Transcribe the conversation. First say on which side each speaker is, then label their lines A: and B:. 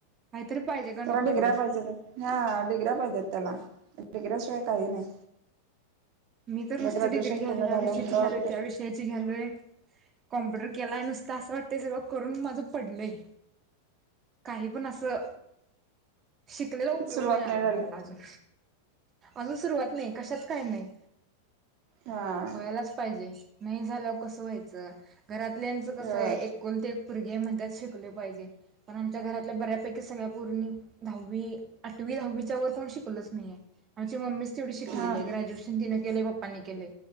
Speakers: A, on the right (about 25°); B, on the right (about 45°).
A: काहीतरी पाहिजे का
B: त्याला
A: नको
B: डिग्र्या
A: पुढं.
B: पाहिजेत हां डिग्र्या पाहिजेत त्याला डिग्र्याशिवाय काही नाही.
A: मी तर
B: आता
A: नुसती
B: ग्रॅज्युएशन
A: डिग्री घ्यालोय
B: पूर्ण
A: या
B: झालं
A: विषयाची
B: म्हणल्यावर
A: घ्यालोय
B: तर
A: त्या विषयाची घ्यालोय. कॉम्प्युटर केलाय नुसतं असं वाटतंय सगळं करून माझं पडलंय. काही पण असं शिकलेला उपयोग
B: सुरुवात
A: नाही आला बघा
B: झाली
A: मला अजून. अजून सुरुवात नाही कशात काय नाही.
B: हां.
A: व्हायला च पाहिजे नाही झाल्यावर कसं व्हायच घरातल्यांच कस
B: होय
A: आहे एक कुलती एक पुरगी आहे म्हणत्यात शिकलं पाहिजे. पण आमच्या घरातल्या बऱ्यापैकी सगळ्या पोरींनी दहावी आठवी दहावीच्यावर कोण शिकलंच नाहीेये आमची मम्मीच तेवढी शिकलेली
B: हा
A: आहे ग्रॅज्युएशन तिनं केलंय पप्पांनी केलंय